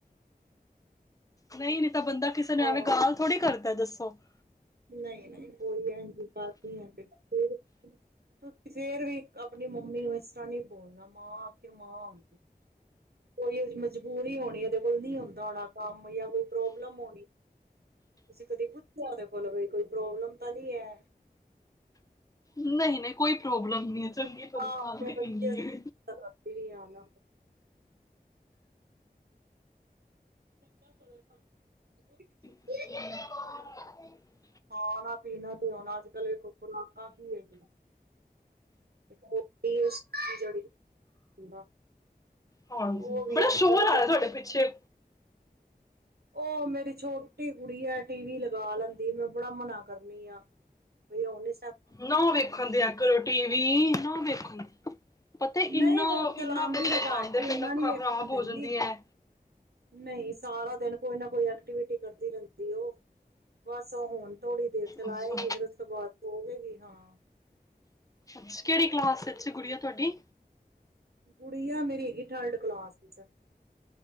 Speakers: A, on the left; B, on the right.
A: ਨਹੀਂ ਨਹੀਂ ਤਾਂ ਬੰਦਾ ਕਿਸੇ ਨੇ
B: ਹਾਂ
A: ਐਵੇਂ ਗਾਲ ਥੋੜੀ ਕਰਦਾ ਦੱਸੋ ਸ <inaudible>
B: ਨਹੀਂ ਨਹੀਂ, ਕੋਈ <unintelligible> ਤੁਸੀਂ ਫਿਰ ਵੀ ਆਪਣੀ ਮੰਮੀ ਨੂੰ ਇਸ ਤਰ੍ਹਾਂ ਨੀ ਬੋਲਣਾ ਮਾਂ ਆਖਿਰ ਮਾਂ ਹੁੰਦੀ ਕੋਈ ਮਜਬੂਰੀ ਹੋਣੀ ਉਹਦੇ ਕੋਲ ਨਹੀਂ ਹੁੰਦਾ ਹੋਣਾ ਕੰਮ ਜਾਂ ਕੋਈ ਪ੍ਰੋਬਲਮ ਹੋਣੀ ਤੁਸੀਂ ਕਦੇ ਪੁੱਛਿਆ ਉਹਦੇ ਕੋਲ ਭ ਕੋਈ ਪ੍ਰੋਬਲਮ ਤਾਂ ਨਹੀਂ ਐ।
A: ਨਹੀਂ ਨਹੀਂ, ਕੋਈ ਪ੍ਰੋਬਲਮ ਨਹੀਂ ਹੈ, ਚੰਗੀ
B: ਮਾਂ
A: ਭਲੀ
B: ਆਪਣੇ
A: ਖਾਦੀ ਪੀਂਦੀ
B: ਬੱਚੇ ਤਾਂ
A: ਐ
B: ਕਰਦੀ ਨਹੀਂ ਆ ਨਾ <unintelligible>
A: <unintelligible>
B: ਖਾਣਾ ਪੀਣਾ ਤੇ ਹੁਣ ਅੱਜ ਕੱਲ <unintelligible> ਇੱਕ <unintelligible>
A: ਹਾਂਜੀ,
B: ਉਹ ਵੀ
A: ਬੜਾ
B: ਅੱਜ
A: ਸ਼ੋਰ
B: ਕੱਲ
A: ਆ ਰਿਹਾ ਤੁਹਾਡੇ ਪਿੱਛੇ।
B: ਉਹ ਮੇਰੀ ਛੋਟੀ ਕੁੜੀ ਐ ਟੀਵੀ ਲਗਾ ਲੈਂਦੀ ਆ ਮੈਂ ਬੜਾ ਮਨਾ ਕਰਨੀ ਆ ਬਈ ਓਹਨੇ
A: ਨਾ ਵੇਖਣ ਦਿਆ ਕਰੋ ਟੀਵੀ ਨਾ ਵੇਖਣ ਪਤਾ
B: ਨਹੀਂ
A: ਇੰਨਾ
B: ਉਹ ਚਲਾਉਂਦੀ
A: ਇੰਨਾ ਪਛ
B: ਤਾਂ ਘੱਟ
A: ਖਾਂਦੇ
B: ਹੀ ਇੰਨਾ
A: ਪਏ ਅੱਖਾਂ
B: ਨੀ ਵੇਖਣ
A: ਖ਼ਰਾਬ
B: ਦਿੰਦੀ
A: ਹੋ ਜਾਂਦੀਆਂ।
B: ਨਹੀਂ ਸਾਰਾ ਦਿਨ ਕੋਈ ਨਾ ਕੋਈ ਐਕਟੀਵਿਟੀ ਕਰਦੀ ਰਹਿੰਦੀ ਉਹ। ਬਸ ਉਹ ਹੁਣ ਥੋੜ੍ਹੀ ਦੇਰ ਚਲਾਏਗੀ
A: ਅੱਛਾ
B: ਫਿਰ ਉਸ ਤੋਂ ਬਾਅਦ ਸੋਜੇਗੀ ਹਾਂ।
A: ਅੱਛਾ ਕਿਹੜੀ ਕਲਾਸ ਵਿੱਚ ਗੁਡੀਆਂ ਤੁਹਾਡੀ।
B: ਗੁਡੀਆਂ ਮੇਰੀ ਹੈਗੀ ਥਰਡ ਕਲਾਸ ਚ